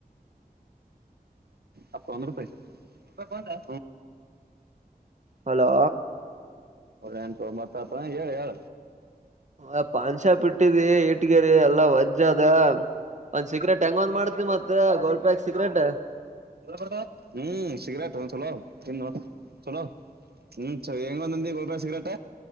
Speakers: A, on the right (about 80°); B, on the right (about 50°).
A: ಹ ಒಂದ ರೂಪಾಯಿ ಹ
B: ಹಲೋ
A: ಎಂತ ಮತ್ತತ ಹೇಳಿ ಹೇಳ
B: ಆ ಪಾನ್ ಶಾಪ್ ಇಟ್ಟಿದಿ ಇಟ್ಟಕೆದ ಎಲ್ಲಾ ವಜ್ಜ ಅದ ಒಂದ್ ಸೀಕ್ರೆಟ್ ಹೆಂಗ ಒಂದ್ ಮಾಡ್ತ ಮತ್ ಗೋಲ್ಪ್ಯಾಕ್ ಸೀಕ್ರೆಟ್
A: ಯಾವಾಗ ಬರ್ತಾವ ಹ್ಮ್ ಸಿಗರೇಟ್ ನಾ ಚಲೋವ ಇನ್ ನೋ ಚಲೋ ಹ್ಮ್ ಚಲ ಹೆಂಗ ಬಂದ ಗೋಲ್ಬ ಸಿಗ್ರೇಟ